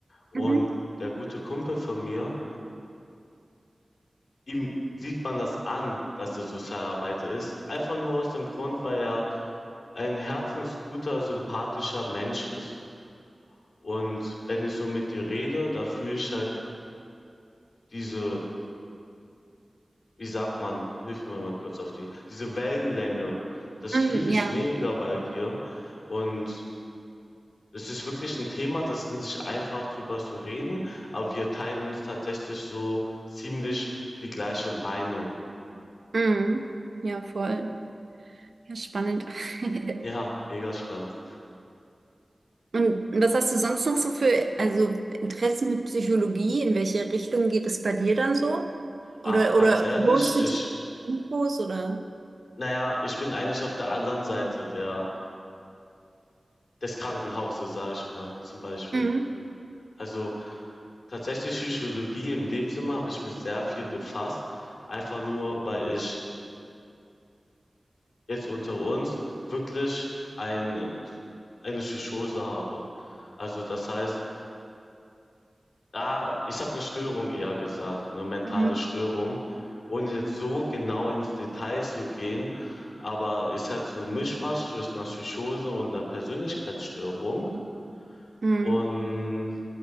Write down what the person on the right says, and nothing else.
Mhm.
Mhm.
Ja.
Mhm. Ja, voll. Ja, spannend. <laughs>
Und was hast du sonst noch so für, also Interessen mit Psychologie? In welche Richtung geht es bei dir dann so?
Oder,
oder
holst
du die Infos oder?
Mhm.
Mhm.
Mhm.